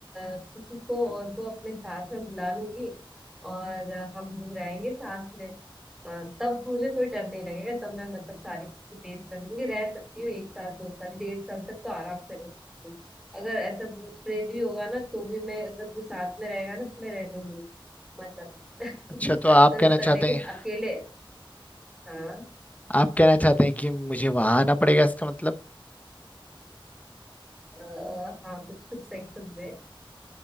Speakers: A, in the centre; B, on the left.
A: अ, किसी को और को अपने साथ में बुला लूंगी और अ, हम लोग रहेंगे साथ में अ, तब मुझे कोई डर नहीं लगेगा तब मैं मतलब सारी चीजें फेस कर लूंगी रह सकती हूँ एक साल दो साल डेढ़ साल तक तो आराम से रह सकती हूँ अगर ऐसा भूत प्रेत भी होगा ना तो भी मैं अगर कोई साथ में रहेगा ना तो मैं रह लूंगी मतलब <laughs> मतलब
B: अच्छा तो आप कहना चाहते
A: तो लेकिन
B: हैं
A: अकेले हाँ
B: आप कहना चाहते हैं कि मुझे वहां आना पड़ेगा इसका मतलब
A: अ, हाँ कुछ कुछ सही समझे